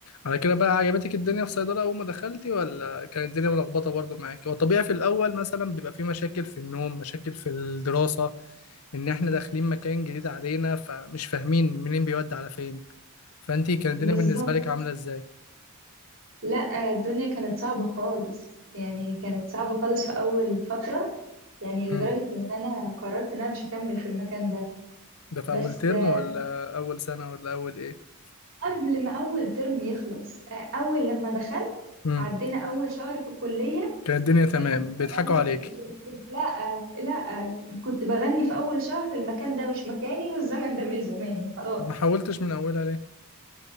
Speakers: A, on the left; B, on the right.
A: على كده بقى عجبتك الدنيا في صيدلة أول ما دخلتي ولا كانت الدنيا ملخبطة برضو معاكي؟ هو طبيعي في الأول مثلا بيبقى في مشاكل في النوم، مشاكل في الدراسة، إن إحنا داخلين مكان جديد علينا فمش فاهمين منين بيودي على فين، فأنتي كانت
B: بالظبط
A: الدنيا بالنسبة لك عاملة إزاي؟
B: لا الدنيا كانت صعبة خالص يعني كانت صعبة خالص في أول فترة يعني
A: امم
B: لدرجة إن أنا قررت إن أنا مش هكمل في المكان ده
A: ده في
B: بس
A: أول ترم
B: آه،
A: ولا أول سنة ولا أول إيه؟
B: قبل ما أول ترم يخلص آه، أول لما دخلت
A: امم
B: عدينا أول شهر في الكلية
A: كانت الدنيا تمام،
B: كنت بغني
A: بيضحكوا عليكي،
B: يمكن لا لا كنت بغني في أول شهر المكان ده مش مكاني والزمن ده مش زماني خلاص
A: طب ما حاولتش من أولها ليه؟